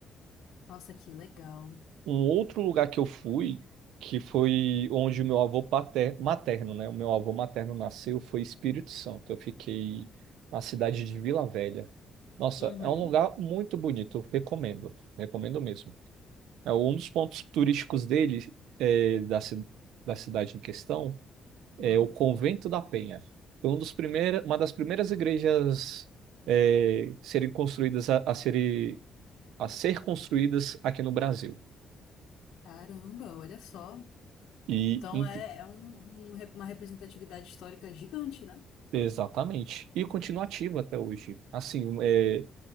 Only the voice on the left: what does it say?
Nossa, que legal.
Uhum.
Uhum.
Caramba, olha só.
Então
é, é um, um re- uma representatividade histórica gigante, né?